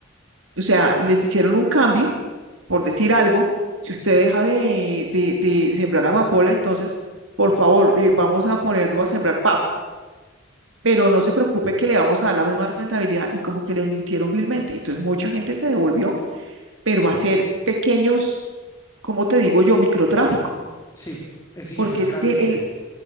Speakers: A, on the right; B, on the left.
A: O sea, les hicieron un cambio por decir algo, si usted deja de, de- de sembrar amapola, entonces, por favor, eh, vamos a ponerlo a sembrar papa, pero no se preocupe que le vamos a dar la misma rentabilidad y como que les mintieron vilmente. Entonces, mucha gente se devolvió, pero va a ser pequeños, como te digo yo, microtráfico,
B: Sí, es- y
A: porque
B: eso es
A: es
B: gravísimo.
A: que el,